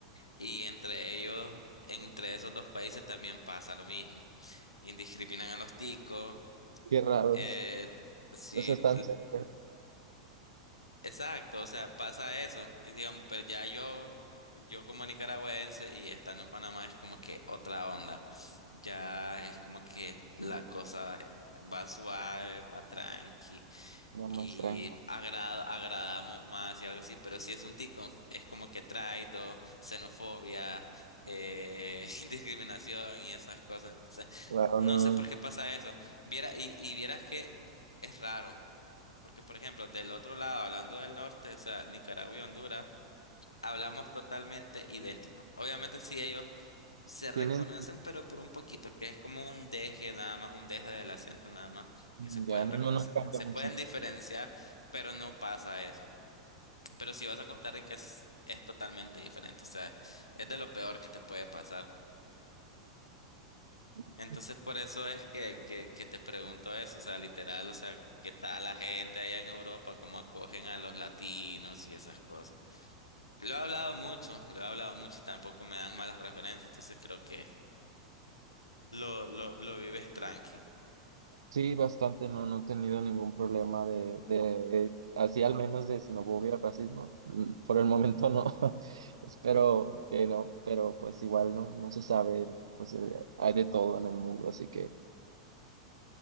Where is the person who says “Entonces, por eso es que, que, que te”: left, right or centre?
Left